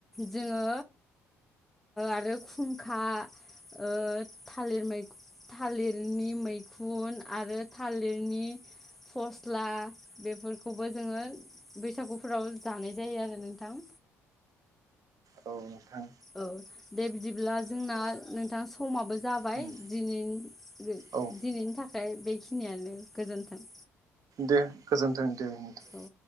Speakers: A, in the centre; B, on the right.
A: जोङो आरो खुंखा ओ थालिर मैं थालिरनि मैखुन आरो थालिरनि फस्ला बेफोरखौबो जोङो बैसागुफोराव जानाय जायो आरो नोंथां
B: औ नोंथां
A: औ दे बिदिब्ला जोंना नोंथां समाबो जाबाय
B: उम
A: दिनै दिनैनि
B: औ
A: थाखाय बेखिनियानो गोजोन्थों
B: दे गोजोन्थों दे नोंथां
A: औ